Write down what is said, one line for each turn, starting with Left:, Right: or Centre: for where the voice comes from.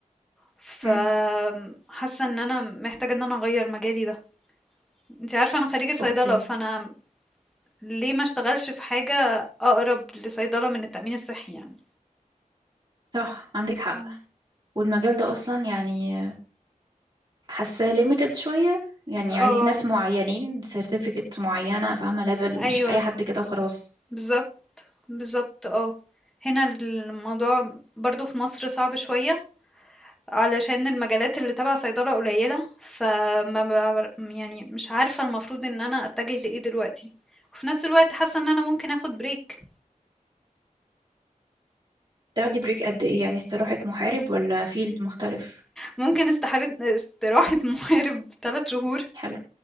Centre: فحاسة
Right: مم.
Centre: ان انا محتاجة ان انا اغير مجالي ده انت عارفة انا خريجة صيدلة
Right: اوكي
Centre: فانا ليه ما اشتغلش في حاجة اقرب لصيدلة من التأمين الصحي يعني
Right: صح عندك حق
Centre: مم.
Right: والمجال ده اصلا يعني حاساه ليميتد شوية يعني عايزين
Centre: اه
Right: ناس معينين سيرتيفيكت معينة فاهمة ليفل
Centre: ايوه
Right: مش اي حد كده وخلاص
Centre: بالظبط بالظبط اه هنا الموضوع برضو في مصر صعب شوية علشان المجالات اللي تبع صيدلة قليلة فما بعمر- يعني مش عارفة المفروض ان انا اتجه لايه دلوقتي وفي نفس الوقت حاسة ان انا ممكن اخد بريك
Right: تاخدي بريك قد ايه يعني استراحة محارب ولا فيلد مختلف
Centre: ممكن استحارة استراحة <laughs> محارب ثلاث شهور
Right: حلو